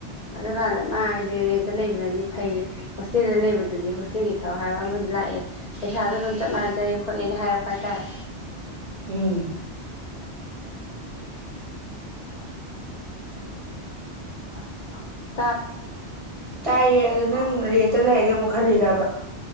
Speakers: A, on the left; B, on the right.
A: ꯑꯗ ꯀꯂ ꯃꯥ ꯑꯩꯁꯦ ꯔꯦꯟꯠꯇ ꯂꯩꯕꯅꯗꯤ ꯐꯩꯌꯦ ꯍꯣꯁꯇꯦꯜꯗ ꯂꯩꯕꯗꯨꯗꯤ ꯍꯣꯁꯇꯦꯜꯒꯤ ꯊꯕꯛ ꯍꯥꯏꯕ ꯑꯃꯁꯨ ꯂꯥꯛꯑꯦ ꯄꯩꯁꯥꯗ ꯑꯗꯨꯝ ꯆꯞ ꯃꯥꯟꯅꯖꯩꯒ ꯈꯣꯠꯂꯦꯅ ꯍꯥꯏꯔꯛꯄ ꯍꯥꯏꯇꯥꯔꯦ
B: ꯎꯝ
A: ꯎꯝ ꯍꯥꯏꯗꯤ ꯊ
B: ꯎ ꯇꯥꯏ ꯑ ꯅꯪ ꯔꯦꯟꯇ ꯂꯩꯔꯒꯦ ꯑꯃꯨꯛ ꯈꯜꯂꯤꯔꯕ